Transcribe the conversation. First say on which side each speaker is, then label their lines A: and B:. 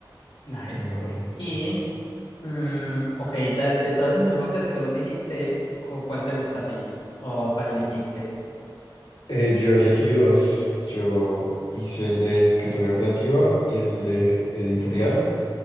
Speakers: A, on the left; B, on the left.
A: Nice.
B: en la Javeriana,
A: Y,
B: sí.
A: mm, ok, de, de todos esos enfoques que vos dijiste, cu- ¿cuál te gusta a ti? ¿O cuál elegiste?
B: Eh, yo elegí dos. Yo hice el de escritura creativa y el de editorial.